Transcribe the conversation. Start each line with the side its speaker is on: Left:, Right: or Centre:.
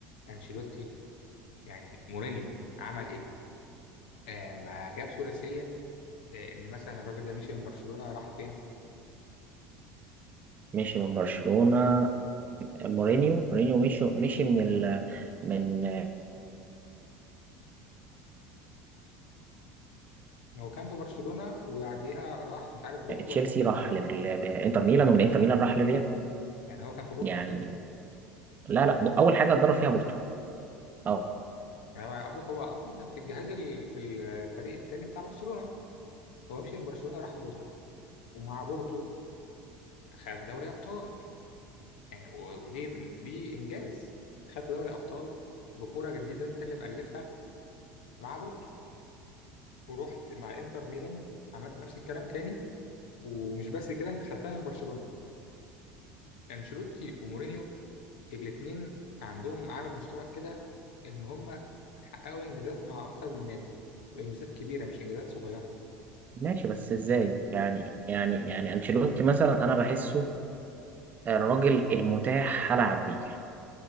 Left: انشيلوتي يعني مورينيو عمل ايه؟ آه ما جاب ثلاثيه لان مثلا الراجل ده مشي من برشلونه راح فين؟
Right: مشي من برشلونة مورينيو مورينيو مشي مشي من ال... من آه،
Left: هو كان في برشلونه وبعديها راح مش عارف بورتو
Right: تشيلسي
Left: ولا ميلان
Right: راح
Left: الاول
Right: لل- لانتر ميلان ومن انتر ميلان راح للريال
Left: يعني هو كان في بورتو
Right: يعني لا لا ب- اول حاجة اتدرب فيها بورتو اه
Left: يعني ابوك هو اصلا كان في الجهاز ال... في الفريق التاني بتاع برشلونه هو مشي من برشلونه راح بورتو ومع بورتو خد دوري ابطال يعني و... ودي دي انجاز خدت دوري ابطال بكره جديده انت اللي مألفها مع بورتو ورحت مع انتر ميلان عملت نفس الكلام تاني ومش بس كده انت خدتها من برشلونه فانشيلوتي ومورينيو الاثنين عندهم عامل مشترك كده ان هم حققوا انجازات مع اكتر من نادي وانجازات كبيره مش انجازات صغيره
Right: ماشي بس ازاي يعني يعني يعني انشيلوتي مثلا انا بحسه الراجل المتاح هلعب بيه